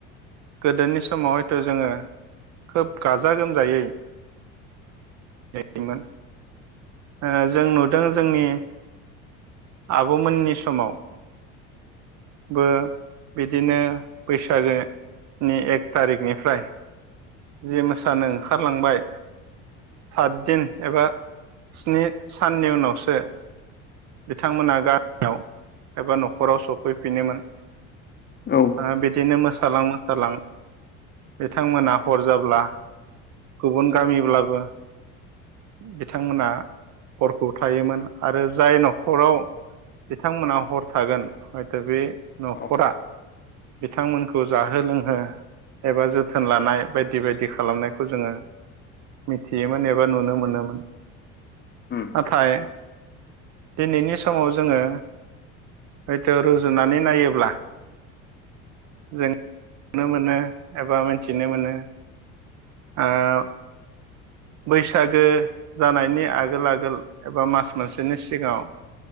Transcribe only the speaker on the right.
गोदोनि समाव हयथ जोङो खोब गाजा गोमजायै <unintelligible> मोन ओ जों नुदों जोंनि आब मोननि समाव बो बिदिनो बैसागो नि एक थारिखनिफ्राय जे मोसानो ओंखारलांबाय सातदिन एबा स्नि साननि उनावसो बिथांमोना गामियाव एबा न खराव सफैफिनोमोन
ओ बिदिनो मोसालां मोसालां बिथां हर जाब्ला गुबुन गामिब्लाबो बिथांमोना हरखौ थायोमोन आरो जाय न'खराव बिथांमोना हर थागोन हयथ' बे न'खरा
बिथांमोनखौ जाहो लोंहो एबा जोथोन लानाय बायदि बायदि खालामनायखौ जोङो मिथियोमोन एबा नुनो मोनोमोन।
नाथाय दिनैनि समाव जोङो हयथ रुजुनानै नायोब्ला जों नुनो मोनो एबा मिथिनो मोनो आ बैसागो जानायनि आगोल आगोल एबा मास मोनसेनि सिगाङाव